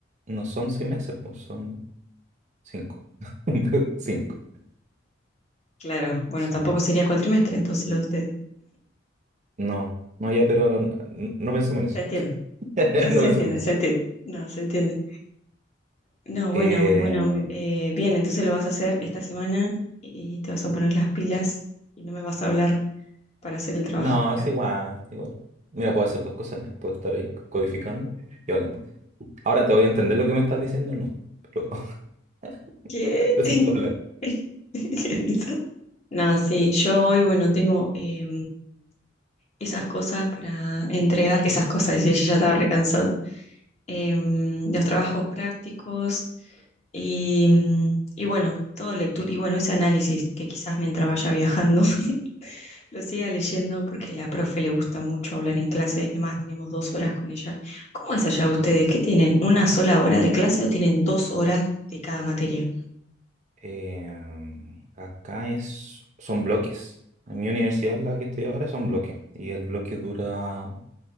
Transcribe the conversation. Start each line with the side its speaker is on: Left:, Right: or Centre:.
Right: no son seis meses, pues son cinco. <laughs> Cinco.
Left: Claro, bueno,
Right: Sí.
Left: tampoco sería cuatrimestre entonces lo de ustedes.
Right: No, no, ya, pero n- n- no, pensemos en eso.
Left: Se entiende,
Right: <laughs>
Left: se, se
Right: No pensemos
Left: entiende,
Right: en eso.
Left: se entiende. No, se entiende. No, bueno,
Right: Eh,
Left: bueno, eh, bien, entonces lo vas a hacer esta semana y te vas a poner las pilas y no me vas a hablar para hacer el trabajo.
Right: no, es
Left: Ah,
Right: igual, es igual. Mira, puedo hacer dos cosas. a la vez. Puedo estar ahí codificando y hablando. Ahora te voy a entender lo que me estás diciendo, no. Pero, <laughs>
Left: ¿Qué?
Right: pero
Left: <laughs>
Right: se puede hablar.
Left: ¿Qué hizo? No, sí, yo hoy, bueno, tengo, eh, esas cosas para entregar, esas cosas, y ella ya estaba recansada, em, los trabajos prácticos y, mm, y bueno, todo lectura, y bueno, ese análisis que quizás mientras vaya viajando <laughs> lo siga leyendo porque la profe le gusta mucho hablar en clase, además tenemos dos horas con ella. ¿Cómo es allá ustedes? ¿Qué tienen? ¿Una sola hora de clase o tienen dos horas de cada materia?
Right: Em, acá es, son bloques. En mi universidad, la que estoy ahora, son bloques. Y el bloque dura